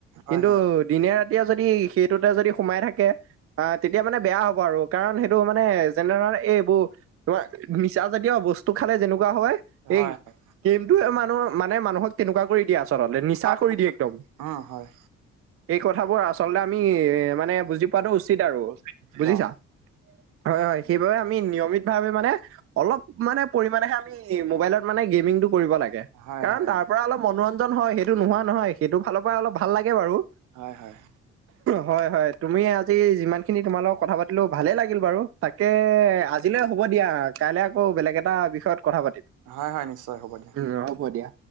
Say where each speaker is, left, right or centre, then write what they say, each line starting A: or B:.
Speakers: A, on the right (about 80°); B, on the right (about 50°).
A: হয়
B: কিন্তু
A: হয়
B: দিনে ৰাতিয়ে যদি সেইটোতে যদি- সোমাই থাকে আঁহ তেতিয়া মানে বেয়া হ'ব আৰু কাৰণ সেইটো মানে যেনে ধৰ এই এইবোৰ- তোমাৰ নিচা জাতীয় বস্তু খালে যেনেকুৱা হয়
A: হয়
B: এই
A: হয়
B: গেমটোয়ে মানুহ মানে মানুহক কেনেকুৱা কৰি দিয়া আৰু। আচলতে নিচা
A: হয়
B: কৰি দিয়ে একদম।
A: উম হয়
B: এই কথাবোৰ আচলতে আমি এ মানে বুজি- পোৱাটো উচিত আৰু
A: উচিত উচিত
B: বুজিছা।
A: অ'
B: হয় হয় সেইবাবে আমি নিয়মিত ভাৱে মানে- অলপ মানে পৰিমানেহে আমি মোবাইলত মানে গেমিং টো কৰিব লাগে।
A: হয়
B: কাৰণ
A: হয়
B: তাৰ
A: অ
B: পৰা অলপ মনোৰঞ্জন হয় সেইটো নোহোৱা নহয় সেইটো ফালৰ পৰা অলপ ভাল লাগে বাৰু।
A: হয়', হয়',।
B: হয় হয় তুমি আজি যিমানখিনি তোমাৰ লগত কথা পাতিলো ভালেই লাগিল বাৰু। তাকে আজিলৈ হ'ব দিয়া, কাইলে আকৌ বেলেগ এটা বিষয়ত কথা পাতিম।
A: হয়', হয়', নিশ্চয় হ'ব দিয়া।
B: উমঁ হ'ব দিয়া।